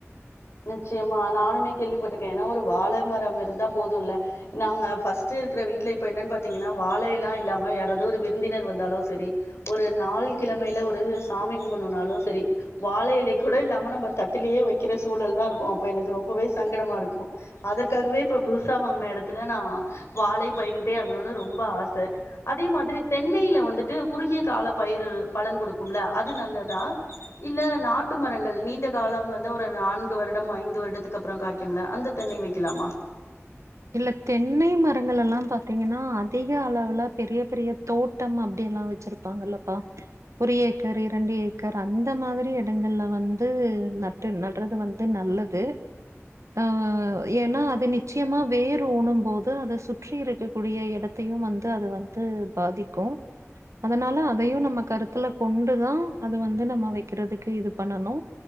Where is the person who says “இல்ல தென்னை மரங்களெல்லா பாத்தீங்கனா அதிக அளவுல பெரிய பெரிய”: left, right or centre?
Right